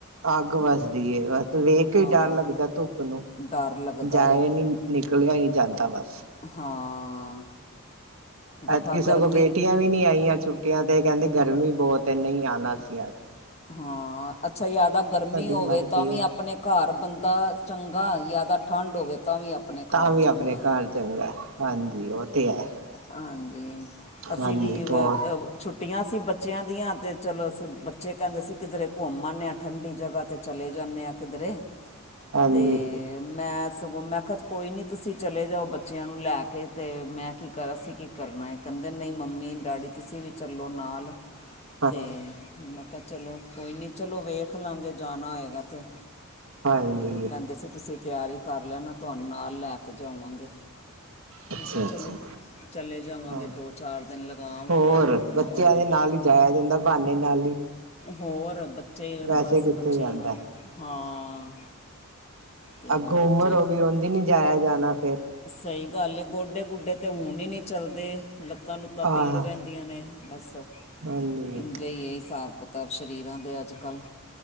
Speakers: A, on the right (about 65°); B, on the left (about 30°).
A: ਅੱਗ ਵੱਸਦੀ ਹੈ ਬਸ ਵੇਖਕੇ
B: ਹਾਂ
A: ਹੀ ਡਰ ਲੱਗਦਾ ਧੁੱਪ ਨੂੰ
B: ਡਰ ਲੱਗਦਾ
A: ਜਾਏ
B: ਹੈ
A: ਨੀ। ਨਿਕਲਿਆ ਹੀ ਨੀ ਜਾਂਦਾ ਬਸ।
B: ਹਾਂ! ਗ
A: ਐਦਕੀ
B: ਠਾ
A: ਸਗੋਂ
B: ਗਰਮੀ
A: ਬੇਟੀਆਂ ਵੀ ਨਹੀ ਆਈਆਂ ਛੁੱਟੀਆਂ ਤੇ ਕਹਿੰਦੀਆਂ ਗਰਮੀ ਬਹੁਤ ਨਹੀਂ ਆਉਣਾ ਸੀ ਐਦਕੀ।
B: ਹਾਂ! ਅੱਛਾ! ਜ਼ਿਆਦਾ ਗਰਮੀ ਹੋਵੇ
A: ਮਰਜ਼ੀ
B: ਤਾਂ ਵੀ
A: ਹੈ।
B: ਆਪਣੇ ਘਰ ਬੰਦਾ। ਚੰਗਾ ਜ਼ਿਆਦਾ ਠੰਢ ਹੋਵੇ ਤਾਂ ਵੀ। ਆਪਣੇ
A: ਤਾਂ
B: ਘਰ
A: ਵੀ
B: ਚੰਗਾ।
A: ਆਪਣੇ ਘਰ ਚੰਗਾ ਹਾਂਜੀ ਉਹ ਤੇ ਹੈ
B: ਹਾਂਜੀ! ਅਸੀਂ
A: ਹਾਂਜੀ
B: ਵੀ
A: ਹੋਰ
B: ਛੁੱ। ਛੁੱਟੀਆਂ ਸੀ ਬੱਚਿਆਂ ਦੀਆਂ ਤੇ ਚਲੋ ਅਸੀਂ। ਬੱਚੇ ਕਹਿੰਦੇ ਅਸੀਂ ਕਿਧਰੇ ਘੁੰਮ ਆਣੇ ਹਾਂ ਠੰਡੀ ਜਗ੍ਹਾ ਤੇ ਚਲੇ ਜਾਣੇ ਹਾਂ ਕਿਧਰੇ।
A: ਹਾਂਜੀ
B: ਤੇ। ਮੈਂ ਸਗੋਂ ਮੈਂ ਕਿਹਾ ਕੋਈ ਨਹੀਂ ਤੁਸੀਂ ਚਲੇ ਜਾਓ ਬੱਚਿਆਂ ਨੂੰ ਲੈ ਕੇ ਅਤੇ ਮੈਂ ਕੀ ਕਰਿਆ ਅਸੀਂ ਕੀ। ਕਰਨਾ ਹੈ ਕਹਿੰਦੇ ਨਹੀਂ ਮੰਮੀ, ਡੈਡੀ ਤੁਸੀਂ ਵੀ ਚੱਲੋ ਨਾਲ।
A: <inaudible>
B: ਤੇ ਮੈਂ ਕਿਆ ਚਲੋ, ਕੋਈ ਨੀ ਚਲੋ ਵੇਖ ਲਾਂਗੇ, ਜਾਣਾ ਹੋਏਗਾ ਤੇ।
A: ਹਾਂਜੀ
B: ਤੇ ਕੈੰਦੇ ਸੀ, ਤੁਸੀ ਤਿਆਰੀ ਕਰ ਲੈਣਾ ਤੁਆਨੂੰ ਨਾਲ ਲੈ ਕੇ ਜਾਵਾਂਗੇ।
A: ਅੱਛਾ
B: ਮੈੰ ਕਿਆ,
A: ਅੱਛਾ
B: ਚਲੋ। ਚਲੇ, ਜਾਵਾਂਗੇ
A: ਹਾਂ
B: ਦੋ ਚਾਰ, ਦਿਨ ਲਗਾ ਆਵਾਂਗੇ
A: ਹੋਰ
B: ਘੁੰਮ
A: ਬੱਚਿਆਂ
B: ਆਵਾਂਗੇ।
A: ਦੇ ਨਾਲ ਹੀ ਜਾਇਆ ਜਾਂਦਾ ਬਹਾਨੇ ਨਾਲ ਹੀ
B: ਹੋਰ ਬੱਚੇ,
A: ਵੈਸੇ
B: ਬਸ
A: ਕਿੱਥੇ
B: ਬੱਚੇਆਂ
A: ਜਾਂਦਾ
B: ਨਾਲ ਹਾਂ। ਤੇ
A: ਅੱਗੋਂ
B: ਬੱਚੇ,
A: ਉਮਰ ਹੋ ਗਈ ਉਝ ਨੀ ਜਾਇਆ ਜਾਣਾ ਫੇਰ
B: ਸਈ ਗੱਲ ਏ, ਗੋਡੇ ਗੁਡੇ ਤੇ ਹੁਣ ਈ ਨੀਂ ਚੱਲਦੇ, ਲੱਤਾਂ -ਲੁੱਤਾਂ
A: ਆਹ
B: ਪੀੜ ਰੈੰਦੀਆਂ ਨੇ, ਬਸ
A: ਹਾਂਜੀ
B: ਇੰਝੇ ਈ ਏ ਹਿਸਾਬ। ਪਤਾ ਸ਼ਰੀਰਾਂ ਦੇ ਅੱਜ- ਕੱਲ੍ਹ,